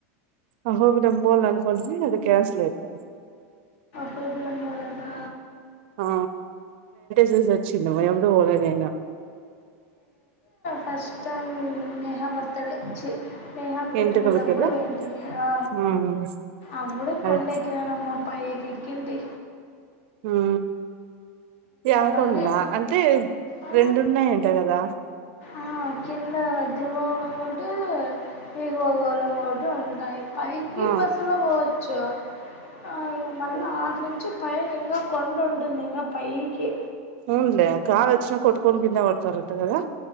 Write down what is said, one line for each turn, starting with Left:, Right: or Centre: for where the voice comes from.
Right: అహో బిలం బోల్ అనుకోంటిమి అది క్యాన్సల్ ఐపాయే
Left: పోదుగన్ పోదామా
Right: ఆ చూసచిండు ఎవరు పోలేదింగా
Left: కష్టాలు నేహా బర్త్ డే చీ నేహా పుట్టెంటికలపుడు
Right: ఎంటికలు కదా
Left: పోయింటిమి ఆ
Right: ఉమ్
Left: అప్పుడు
Right: అదే
Left: కొండెక్కిననమ్మా పయ్ కెక్కింటీ
Right: ఊ త్యకుండా
Left: మళ్ళీ
Right: అంటే
Left: ఆ,
Right: రెండున్నాయంట కదా
Left: ఆ కింద దివాళాం ఒకటి ఎగువగోళం ఒకటి ఉంటాయి పైకి
Right: ఆ
Left: బస్సులో పోవచ్చు ఆ ఇగ మల్ల ఆడ్ నుంచి పైన ఇంగా కొండ ఉంటుంది ఇంగ పైకి
Right: అవున్లే గాలొచ్చినా కొట్టుకొని కింద పడతారంట కదా